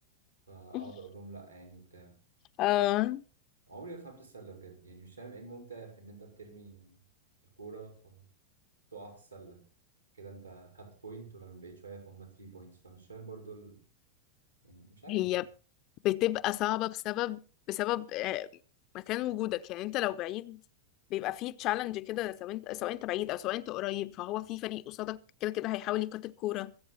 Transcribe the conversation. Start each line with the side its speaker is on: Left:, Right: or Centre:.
Right: فاقعد
Left: <laughs>
Right: اقول لهم لا يعني وبتاع
Left: آه...
Right: عمري ما فهمت السله بجد يعني مش فاهم ايه الممتع في ان انت بترمي يعني الكوره فتقع في السله كده انت خدت بوينت ولما بقيت شويه فهم 3 بوينتس فمش فاهم برضو ال... يعني مش عارف
Left: هي بتبقى صعبة بسبب بسبب آه، مكان وجودك يعني انت لو بعيد بيبقى فيه تشالنج كده سواء انت سواء انت بعيد او سواء انت قريب فهو في فريق قصادك كده كده هيحاول يقاط الكورة